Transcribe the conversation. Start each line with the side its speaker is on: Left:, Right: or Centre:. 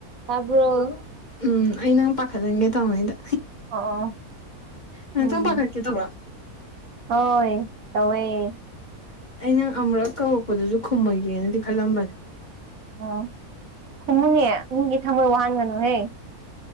Right: ꯇꯥꯕ꯭ꯔꯣ
Left: ꯑꯗꯣ ꯎꯝ ꯑꯩ ꯅꯪ ꯄꯥꯈꯠꯆꯍꯟꯒꯦ ꯇꯧꯃꯤꯗ꯫
Right: ꯑꯣ
Left: ꯉꯥꯛꯇꯪ
Right: ꯎꯝ
Left: ꯄꯥꯈꯠꯀꯦ ꯇꯧꯕꯔꯣ꯫
Right: ꯍꯣꯏ ꯇꯧꯌꯦ
Left: ꯑꯩ ꯅꯪ ꯑꯃꯨꯔꯛ ꯀꯧꯔꯛꯄꯗꯨꯁꯨ ꯈꯨꯝꯃꯣꯏꯒꯦꯅꯗꯤ ꯈꯜꯂꯝꯕꯅꯦ꯫
Right: ꯑꯣ ꯈꯨꯨꯝꯃꯨꯅꯦ ꯃꯤꯒꯤ ꯊꯃꯣꯏ ꯋꯥꯍꯟꯒꯅꯨꯍꯦ꯫